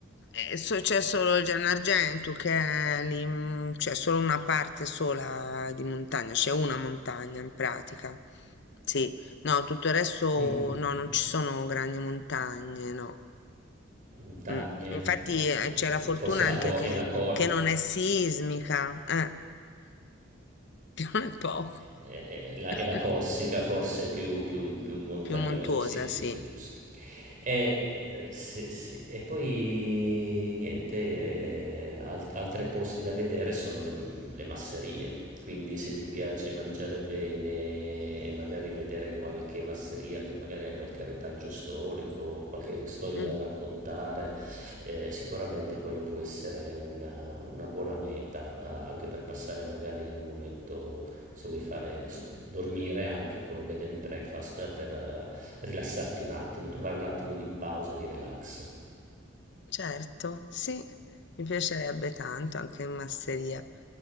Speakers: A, on the left; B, on the right.
A: Eh, so- c'è solo il Gianargento che è lì, mm, c'è solo una parte sola di montagna, c'è una montagna in pratica. Sì, no, tutto il resto
B: Mhm.
A: no, non ci sono grandi montagne, no.
B: Montagne,
A: Mm. Infatti
B: no, ho
A: eh,
B: capito.
A: c'è la fortuna
B: Forse
A: anche
B: la co-
A: che,
B: è la, co-
A: che non è sismica, eh, <laughs> che non è poco,
B: è la,
A: <laughs>
B: è la Corsica forse più, più- più montagnosa,
A: più montuosa,
B: sì, è giusto,
A: sì.
B: è giusto. E, eh, sì, sì. E poi niente, eh, alt- altri posti da vedere sono le, le masserie. Quindi se ti piace mangiare bene e magari vedere qualche masseria che magari ha qualche retaggio storico, qualche storia
A: Mm.
B: da raccontare, eh, sicuramente quello può essere una, una buona meta, a- anche per passare magari un momento se vuoi fare s- dormire anche come bed and breakfast per eh, rilassarti un attimo, trovare un attimo di pausa e di relax.
A: Certo, sì, mi piacerebbe tanto anche in masseria.